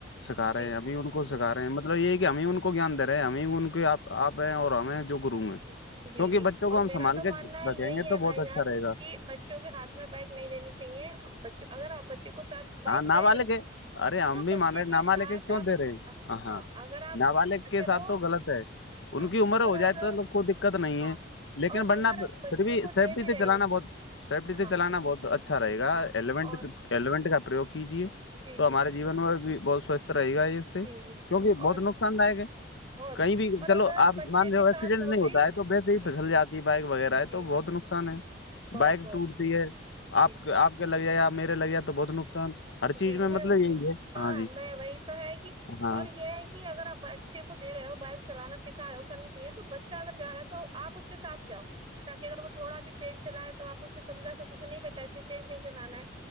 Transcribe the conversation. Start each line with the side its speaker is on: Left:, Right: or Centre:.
Left: سکھاے
Right: جی
Left: ہیں
Right: جی
Left: ابھی کو سکھا رہے ہیں مطلب یہ ہے کہ
Right: جی
Left: ہمیں ان کو جیان د رہے ہیں ہمیں ان کے آپ ہیں اور ہمیں جو گرو ہیں
Right: ج
Left: کیونکہ
Right: جی جی
Left: بچوں کو
Right: اور
Left: ہم
Right: میرا
Left: سنبھال
Right: تو ماننا
Left: کے
Right: یہی
Left: رکھیں گے
Right: ہے
Left: تو
Right: بھائی
Left: بہت
Right: جان
Left: اچھا رہے گا
Right: کہ ب بچوں کے ہاتھ میں بائک نہیں لینی چاہیے بچوں اگر آ بچے کو ساتھ
Left: ہاں
Right: بائک
Left: ناب
Right: دے رہے
Left: لے
Right: ہو
Left: کے ارے امی
Right: تو بچے
Left: مان رہے نب
Right: ساتھ
Left: لے کے کیوں
Right: آپ
Left: دے رہے ہیں ہ ہاں
Right: اگر آپ
Left: نابالغ کے
Right: چلو
Left: ساتھ تو غلط ہے
Right: ہاں
Left: ان کی عمر ہو
Right: اور اگر
Left: جائے تو نا لگ کو نہیں
Right: ہاں
Left: ہے لیکن
Right: اور
Left: بڑنا
Right: اگر
Left: پھر
Right: آپ بچے
Left: بھی
Right: کو
Left: سیفٹی
Right: دے بھی رہے
Left: سے چلانا
Right: ہو
Left: بہت سیفٹی سے
Right: ہاں
Left: چلانا بہت اچھا رہے گا
Right: ہاں
Left: ایلیینٹ
Right: اور
Left: ایلیمونٹ کا پرریوگ کیجیے
Right: جی
Left: تو
Right: جی
Left: ہمارے
Right: جی
Left: جیون میں بھی بہت سوستھ رہے گا
Right: جی
Left: اس سے
Right: جی جی
Left: کیونکہ
Right: جی
Left: بہت
Right: اور
Left: نقصان داک ہے
Right: بہت
Left: کہیں بھی
Right: اور
Left: چلو
Right: اگر
Left: آپ
Right: بچے
Left: مان جو
Right: کے
Left: ایکسیڈنٹ
Right: ساتھ ہو
Left: نہیں
Right: بھی
Left: ہوتا ہے تو ویسے
Right: جی
Left: ہی پسل جاتی ہے بائک وغیرہ
Right: جی
Left: ہے تو بہت
Right: جی جی
Left: نقصان ان ہے
Right: بہت
Left: بائک
Right: بہت
Left: ٹوٹتی
Right: جی
Left: آپ
Right: جی
Left: آپ کے لگےیا میرے لگےیا تو بہت نقصان ہر
Right: جی
Left: چیز
Right: میں
Left: مطلب یہی ہے
Right: ہاں
Left: جی
Right: میں وہی تو ہے کہ
Left: ہاں
Right: اور یہ ہے کہ اگر آپ بچے کو دے رہے ہو بائک چلانا سکھا رہ ہو کرنی چاہیے تو بچہ اگر جا رہا ہے تو آپ اس کے سھ جاؤ تاکہ اگر وہ تھوڑا بھی تیز چلائے توپ اسے سمجھا سکو کہ نہیں بیٹا اتنی تیز نہیں چلانا ہے